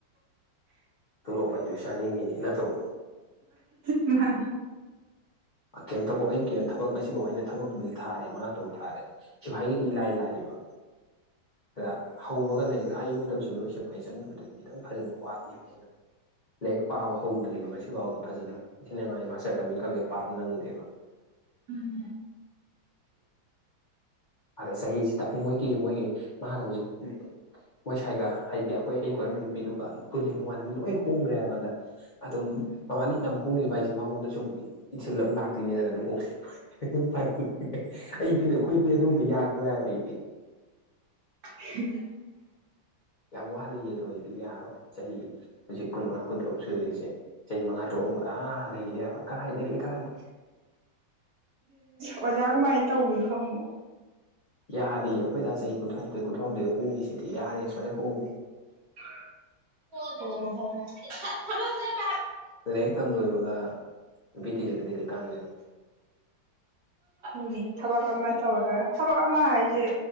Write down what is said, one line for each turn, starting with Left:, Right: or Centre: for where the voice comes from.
Left: ꯊꯂꯣꯞꯚꯗꯨ ꯁꯥꯅꯤꯡꯉꯤꯅꯤ ꯅꯠꯇ꯭ꯔꯣ
Right: ꯃꯥ
Left: ꯀꯩꯝꯇꯕꯧ ꯑꯩ ꯀꯩꯝꯇ ꯊꯕꯛ ꯉꯁꯤꯐꯥꯎ ꯑꯩꯅ ꯊꯕꯛꯇꯨꯗꯤ ꯊꯥꯔꯦ ꯃꯉꯥ ꯇꯔꯨꯛ ꯊꯥꯔꯦ ꯑꯣ ꯁꯤꯐꯥꯏꯒꯤꯗꯤ ꯏꯂꯥꯏ ꯂꯥꯏꯑꯌꯦꯕ <inaudible> ꯑꯗ ꯍꯧꯕꯒ ꯂꯥꯏꯔꯤꯛ ꯉ ꯑꯌꯨꯛ ꯃꯇꯝꯁꯤꯗ ꯂꯣꯏ ꯁꯤꯐꯥꯏ ꯆꯪꯉꯕꯗꯨꯗꯤ ꯈꯤꯇꯪ ꯐꯖꯕ ꯋꯥꯠꯂꯤꯕ ꯑꯩꯅ ꯂꯥꯏꯔꯤꯛ ꯄꯥꯕ ꯍꯧꯗ꯭ꯔꯤꯕ ꯉꯁꯤꯐꯥꯎꯗ ꯐꯖꯅ ꯏꯊꯤꯅꯉꯥꯏ ꯃꯥꯁꯇꯔ ꯇꯝꯃꯤꯡ ꯀ ꯂꯦꯛ ꯄꯥꯕ ꯅꯪꯗꯦꯕ
Right: ꯎꯝ
Left: ꯑꯗ ꯆꯍꯤꯁꯤꯗ ꯃꯣꯏꯒꯤ ꯃꯣꯏꯒꯤ ꯃꯥꯒ ꯍꯧꯖꯤꯛ ꯃꯣꯏ ꯁꯥꯏꯒ ꯍꯥꯏꯗꯤ ꯑꯩꯈꯣꯏ ꯑꯤꯡ ꯀꯣꯏꯔꯝꯕ ꯅꯨꯄꯤꯗꯨꯒ ꯄꯨꯜꯂꯤ ꯃꯃꯥꯟꯅꯕꯤ ꯂꯣꯏ ꯍꯣꯡꯈ꯭ꯔꯦ ꯍꯥꯏꯕꯟꯗ ꯑꯗꯨꯝ
Right: ꯎꯝ
Left: ꯃꯃꯥꯅꯤ ꯃꯌꯥꯝ ꯍꯣꯡꯈꯤꯕ ꯍꯥꯏꯁꯦ ꯃꯉꯣꯟꯗ ꯁꯨꯝ ꯏꯊꯤꯜ ꯑꯃ ꯂꯥꯛꯇꯣꯏꯅꯦꯗꯅ ꯂꯨꯍꯣꯡ ꯑꯩꯗꯤ ꯑꯩꯈꯣꯏꯗꯤꯝ ꯌꯥꯗ ꯍꯥꯏꯕ ꯑꯩꯗꯤ
Right: <inaudible>
Left: ꯌꯥꯝ ꯋꯥꯠꯂꯤ ꯑꯗꯨꯗ ꯑꯩꯗꯤ ꯌꯥꯔꯣꯏ ꯆꯍꯤ ꯍꯧꯖꯤꯛ ꯀꯨꯟꯃꯉꯥ ꯀꯨꯟꯇꯔꯨꯛ ꯁꯨꯔꯤꯁꯦ ꯆꯍꯤ ꯃꯉꯥ ꯇꯔꯨꯛꯃꯨꯛ ꯑꯥ ꯂꯩꯈꯤꯗꯦ ꯍꯥꯏꯕꯣꯏ ꯀꯗꯥꯥꯏꯗꯒꯤꯦ ꯀꯔꯥꯏꯗꯒꯤ
Right: ꯑꯣꯖꯥ ꯀꯃꯥꯏꯅ ꯇꯧꯔꯤꯅꯣ ꯑꯃꯨꯛ
Left: ꯌꯥꯔꯤ ꯑꯩꯈꯣꯏꯗ ꯆꯍꯤ ꯀꯨꯟꯊ꯭ꯔꯥ ꯅꯤꯊꯣꯏ ꯀꯨꯟꯊ꯭ꯔꯥꯍꯨꯝꯗꯣꯏꯗ ꯍꯣꯡꯏꯁꯤꯗꯤ ꯌꯥꯔꯤ ꯑꯁꯨꯨꯃꯥꯏꯅ ꯍꯣꯡꯏ
Right: ꯑꯣ ꯍꯣ ꯊ
Left: ꯂ ꯀ ꯂꯣꯏꯕꯒ ꯅꯨꯄꯤ ꯊꯤꯖꯤꯜꯂꯗꯤ ꯀꯩ ꯀꯥꯟꯗꯣꯏꯅꯣ
Right: ꯎ ꯊꯕ ꯀꯃ ꯇꯧꯔ ꯊꯕꯛ ꯑꯃ ꯍꯥꯏꯁꯦ